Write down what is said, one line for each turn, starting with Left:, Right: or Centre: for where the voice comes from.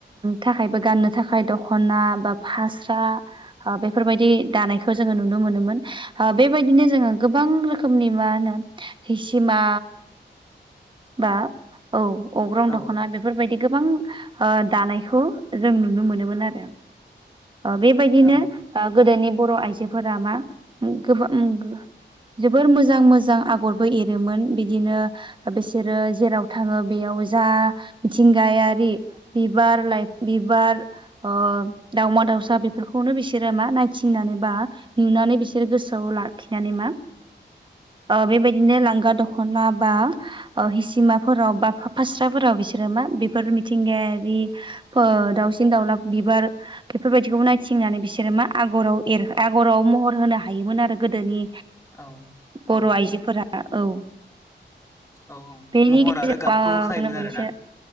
Right: थाखायबो गाननो थाखाय दख'ना बा फास्रा बेफोरबायदि दानायखौ जोंङो नुनो मोनोमोन बेबायदिनो जोंङो गोबां रोखोमनि मा होनो हिसिमा बा औ अग्रं
Left: औ
Right: दख'ना बेफोरबायदि गोबां दानायखौ जों नुनो मोनोमोन आरो बेबायदिनो
Left: औ
Right: गोदोनि बर' आइजोफोरा मा गोबां जोबोर मोजां मोजां आगरबो एरोमोन बिदिनो बिसोरो जेराव थाङो बेयाव जा मिथिंगायारि बिबार लाइ बिबार अ दाावमा दाउसा बेफोरखौनो बिसोरो मा नायथिंनानै बा नुनानै बिसोर गोसोआव लाखिनानै मा बेबायदिनो लांगा दख'ना बा हिसिमाफोराव बा फास्राफोराव बिसोरो मा बेफोर मिथिंगायारि दाउसिन दाउला बिबार बेफोरबायदिखौ नायथिंनानै बिसोरो मा आगराव एर आगराव महर होनो हायोमोन आरो गोदोनि
Left: औ
Right: बर'
Left: औ
Right: आइजोफोरा औ
Left: औ औ
Right: बेनि
Left: महर
Right: गेजेराव
Left: आरो गाबखौ होखायोमोन
Right: आंनो मोनसे
Left: आरोना